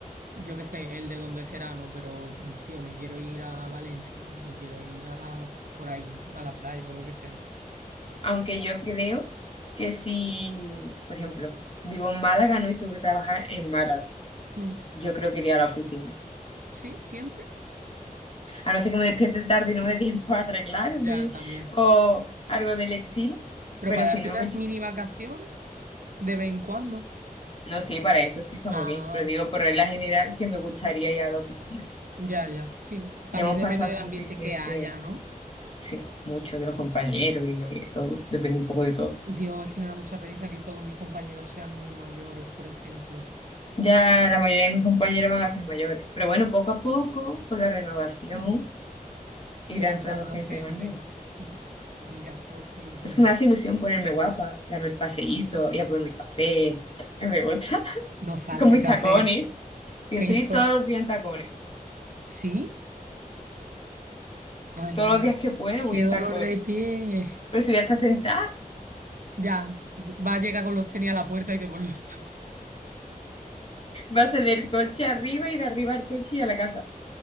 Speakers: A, on the right (about 70°); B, on the left (about 40°).
A: yo qué sé, el de dónde será, ¿no? Pero, tío, me quiero ir a Valencia o me quiero ir a por ahí, ¿no? A la playa o lo que sea.
B: Aunque yo creo que si, por ejemplo, vivo en Málaga, ¿no? Y tengo que trabajar en Málaga,
A: Mm.
B: yo creo que iría a la oficina.
A: Sí, siempre.
B: A no ser que me despierte tarde y no me dé <laughs> tiempo a arreglarme
A: Ya, también.
B: o algo del estilo.
A: Pero
B: Pero
A: para
B: si
A: darte
B: no,
A: unas mini vacaciones de vez en cuando.
B: No, sí, para eso sí está
A: ah
B: muy bien, pero digo por regla general que me gustaría ir a la oficina.
A: Ya, ya, sí. También
B: Ya hemos
A: depende
B: pasado
A: del
B: suficiente,
A: ambiente que haya, ¿no?
B: sí, mucho de los compañeros y de todo, depende un poco de todo.
A: Dios, es que me da mucha pereza que todos mis compañeros sean muy mayores, por ejemplo.
B: Ya la mayoría de mis compañeros van a ser mayores, pero bueno, poco a poco, con la renovación,
A: <clears throat> Mm.
B: irá
A: Ir entrando
B: entrando gente
A: gente.
B: más nueva.
A: Mm, Ya, pues sí, es verdad.
B: Es que me hace ilusión ponerme guapa, darme el paseíto, ir a por mi café, <laughs> a mí me gusta, <laughs>
A: No falta
B: con mis
A: el café.
B: tacones. Pienso
A: Eso.
B: ir todos los días en tacones,
A: ¿Sí? Ay,
B: todos
A: ay.
B: los días que pueda voy
A: Qué
B: en
A: dolor
B: tacones,
A: de pie.
B: pero si voy a estar sentada.
A: Ya, va a llegar con los tenis a la puerta y te pone los tacos.
B: Va a Base del coche arriba y de arriba al coche y a la casa.